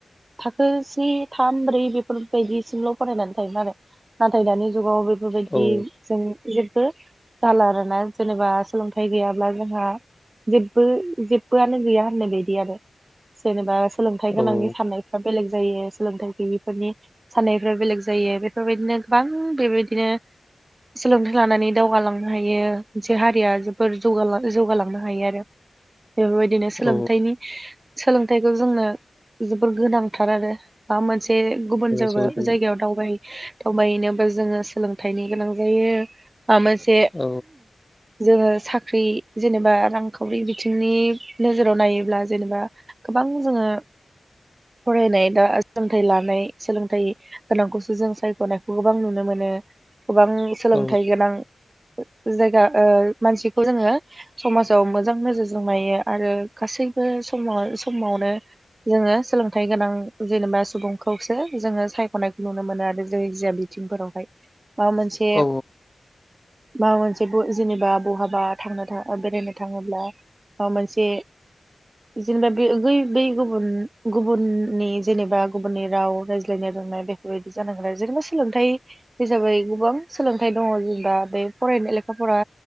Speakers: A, on the right (about 40°); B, on the left (about 20°).
A: थाखो से थाम ब्रै बेफोरबायदिसिमल' फरायनानै थायोमोन आरो। नाथाय दानि जुगाव बेफोरबायदि
B: औ
A: जों जेबबो जाला आरो ना जेनेबा सोलोंथाइ गैयाब्ला जोंहा जेबबो जेबोआनो गैया होननाय बायदि आरो जेनेबा सोलोंथाइ
B: औ
A: गोनांनि साननाय फ्रा बेलेग जायो सोलोंथाइ गैयैफोरनि साननायफ्रा बेलेग जायो बेफोरबायदिनो गोबां बेबायदिनो सोलोंथाइ लानानै दावगालांनो हायो मोनसे हारिया जोबोर जौगा जौगालांनो हायो आरो। बेफोरबायदिनो सोलोंथाइनि
B: औ
A: सोलोंथाइखौ जोंनो जोबोर गोनांथार आरो। बा मोनसे गुबुन जावगा-जायगायाव
B: जोबोद गोनां
A: दावबायहै दावबायनोबो जोङो सोलोंथाइनि गोनां जायो माबा मोनसे
B: औ
A: जोङो साख्रि जेनेबा रांखावरि बिथिंनि नोजोराव नायोब्ला जेनेबा गोबां जोङो फरायनाय दा सोलोंथाइ लानाय सोलोंथाइ गोनांखौसो जों सायख'नायखौ गोबां नुनो मोनो गोबां सोलोंथाइ
B: औ
A: गोनां जायगा ओ मानसिखौ जोङो समाजाव मोजां नोजोरजों नायो आरो गासैबो समाव-समावनो जोङो सोलोंथाइ गोनां जेनेबा सुबुंखौसो जोङो सायख'नायखौ नुनो मोनो आरो जाय जा बिथिंफोरावहाय माबा मोनसे
B: औ
A: माबा मोनसे जेनेबा बहाबा थांनो बेरायनो थाङोब्ला जे जेनेबा बे बेै-बै गुबुन-गुबुननि जेनेबा गुबुननि राव रायज्लायनाय रोंनाय बे बेबायदि जानांगोन आरो जेनेबा सोलोंथाइ हिसाबै गोबां सोलोंथाइ दङ जों दा बे फरायनाय लेखाफोरा